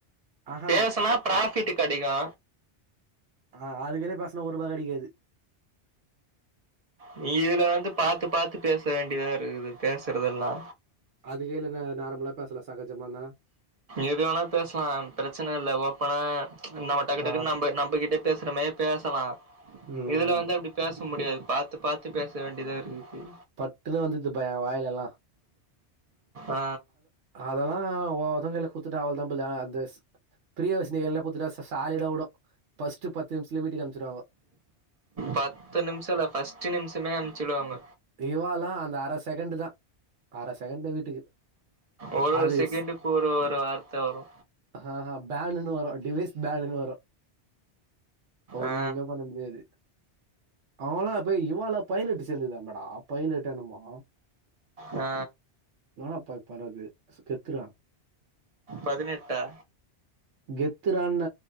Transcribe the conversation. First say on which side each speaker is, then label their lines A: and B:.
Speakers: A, on the right; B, on the right.
A: ஆஹா
B: பேசுனா பிராஃபிட் கெடைக்கு
A: ஆ அதுக்கே பேசுனா ஒருபா கெடைக்காது
B: நீ இதுல வந்து பாத்து பாத்து பேச வேண்டியதா இருக்குது பேசுறதெல்லா
A: அது கேலனா நார்மலா பேசலா சகஜமா ன்னா
B: எது வேனா பேசலா பிரச்சனை இல்ல ஓப்பனா நம்ம டக்கு
A: ஆ
B: டக்குனு நம்ப நம்ப கிட்ட பேசுறமே பேசலா
A: ம்
B: இதுல
A: ம்
B: வந்து அப்டி பேச முடியாது பாத்து பாத்து பேச வேண்டியதா இருக்குது
A: பட்டுனு வந்துடுது பா எ வாயிலல்லா
B: ஆ
A: அதெல்லா ஓதுல குத்துட்டா அவளதாம்போல அந்த ஸ் பிரிய வசினியல்ல எல்லா குத்துட்டா சாலிட வுடு ஃபஸ்ட் பத்து நிமிஷத்துல வீட்டுக்கு அமிச்சுறுவாங்க
B: பத்து நிமிஷ இல்ல ஃபஸ்ட் நிமிஷமே அம்ச்சுடுவாங்க
A: இவாலா அந்த அர செகண்ட் தா அர செகண்ட் வீட்டுக்கு
B: ஒரு ஒரு
A: அது
B: செகண்டுக்கு ஒரு ஒரு வார்த்த வரு
A: அ ஆ பேனுனு வரு டிவைஸ் பேனுனு வரு ஒண்ணுமே
B: ஆ
A: பண்ண முடியாது அவலாம் இப்ப இவால பைலட் சேந்துதானடா பைலட் என்னமோ
B: ஆ
A: நானா பை பணது ஸ்கெத்துறா
B: பதினெட்டா
A: கெத்துறான்ன